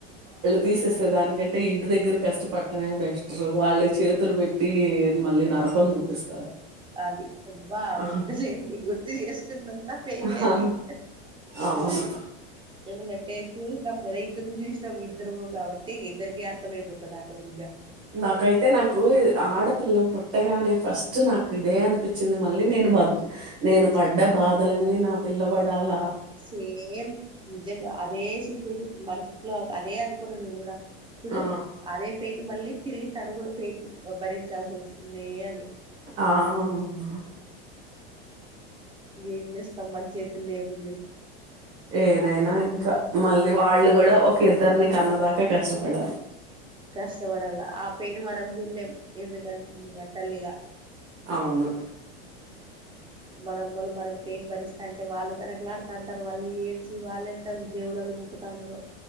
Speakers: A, on the right; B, on the right.
A: తీసేస దానికంటే ఇంటి దగ్గర కష్టపడ్డమే బెస్టరో వాళ్ళు చేతులు పెట్టి మళ్ళీ నాక్ రకం చూపిస్తారు
B: అది అబ్బా
A: ఆహా.
B: వద్దులేండి గుర్తు చేసుకున్నంతా పెయినే
A: ఆహా.
B: అది
A: అవును
B: ఆ ఎందుకంటే చూస్నం గదా ఇద్దరం చూసినాం ఇద్దరుము కాబట్టి ఇద్దరికి అర్థమయిపోతది ఆటోమేటిక్ గా
A: నాకైతే నాకూ ఆడపిల్ల పుట్టగానే ఫస్ట్ నాకు ఇదే అనిపించింది మళ్ళీ నేను బడ్ నేను పడ్డ బాధలన్నీ నా పిల్లబడాల
B: సేమ్ నిజంగా అదే సిచ్యుయేషన్ మనసులో అదే అనుకున్నా నేను గూడ ఇప్పుడు
A: ఆ!
B: అదే పెయిన్ మళ్ళీ తిరిగి తను గూడ పెయిన్ భరించాల్సోస్తుందే అని
A: ఆ ఆ ఆ
B: ఏం చేస్తాం మన చేతులు ఏముంది
A: ఏదైనా ఇంకా మళ్ళీ వాళ్ళు గూడ ఒక ఇద్దరిని కన్నదాకా కష్టపడాలి
B: కష్టపడాల్ల ఆ పెయిన్ మనం తిన్లేం ఎందుకన్ ఇగ తల్లిగా
A: అవును
B: మనం మల్ల మనం పెయిన్ భరిస్ స్థాంటే వాళ్ళు తనకులాడుతాంటరు వాళ్ళు ఏడ్చి వాల్లెంత దేవులను మొక్కుతాంటరో